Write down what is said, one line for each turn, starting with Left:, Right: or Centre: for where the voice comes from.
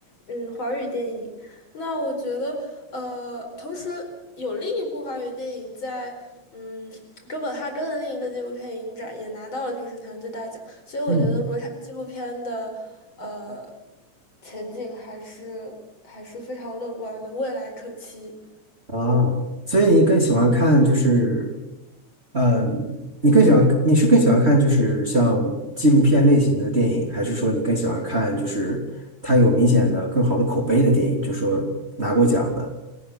Left: 嗯华语电影。那我觉得，呃，同时有另一部华语电影在，嗯，哥本哈根的另一个纪录片影展也拿到了评审团最大奖，所以我觉得国产纪录片的，
Right: 嗯
Left: 呃，前景还是还是非常乐观的，未来可期，
Right: 啊，所以你更喜欢看就是，嗯，你更喜欢你是更喜欢看就是像纪录片类型的电影，还是说你更喜欢看就是它有明显的更好的口碑的电影，就说拿过奖的